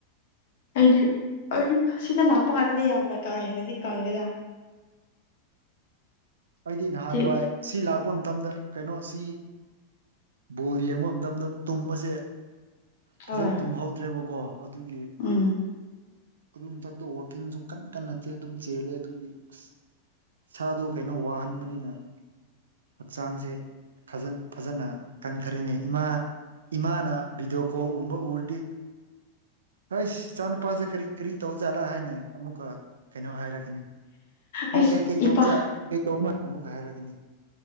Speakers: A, on the left (about 55°); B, on the right (about 65°).
A: ꯑꯩꯗꯤ ꯑꯥ ꯁꯤꯗ ꯂꯥꯛꯄ ꯀꯥꯟꯗꯗꯤ ꯌꯥꯝꯅ ꯀꯥ ꯍꯦꯟꯅꯗꯤ ꯀꯪꯗꯦꯗ
B: ꯑꯩꯗꯤ ꯅꯍꯥꯟ
A: ꯇꯤꯛ
B: ꯋꯥꯏ ꯁꯤ ꯂꯥꯛꯄ ꯃꯇꯝꯗ ꯀꯩꯅꯣ ꯁꯤ ꯕꯣꯜ ꯌꯦꯡꯕ ꯃꯇꯝꯗ ꯇꯨꯝꯕꯁꯦ ꯐꯖꯟ
A: ꯍꯣꯏ
B: ꯇꯨꯝꯍꯧꯗ꯭ꯔꯦꯕꯀꯣ ꯑꯗꯨꯒꯤ
A: ꯎꯝ
B: ꯗꯨꯒꯤ ꯃꯊꯛꯇ ꯋꯥꯛꯀꯤꯡꯁꯨ ꯀꯟꯅ ꯀꯟꯅ ꯆꯦ ꯗꯨꯝ ꯆꯦꯜꯂꯦ ꯑꯗꯨꯒꯤ ꯑꯁ ꯁꯥꯗꯣ ꯀꯩꯅꯣ ꯋꯥꯍꯟꯕꯅꯤꯅ ꯍꯛꯆꯥꯡꯁꯦ ꯐꯖꯟ ꯐꯖꯅ ꯀꯪꯊꯔꯦꯅꯦ ꯏꯃꯥ ꯏꯃꯥꯅ ꯚꯤꯗꯤꯑꯣ ꯀꯣꯜ ꯎꯝꯕ ꯎꯔꯗꯤ ꯍꯩꯁ ꯏꯆꯥꯅꯨꯄꯥꯖꯦ ꯀꯔꯤ ꯀꯔꯤ ꯇꯧꯖꯥꯠꯂꯥ ꯍꯥꯏꯅ ꯑꯃꯨꯛꯀ ꯀꯩꯅꯣ ꯍꯥꯏꯔꯛꯀꯅꯤ ꯅꯪ
A: ꯑꯩꯁ
B: ꯀꯩꯀꯩ ꯇꯧꯕꯖꯥꯠ
A: ꯏꯄꯥ
B: ꯀꯩ ꯇꯧꯕ ꯃꯥꯟ ꯑꯃꯨꯛꯀ ꯍꯥꯏꯔꯒꯅꯤ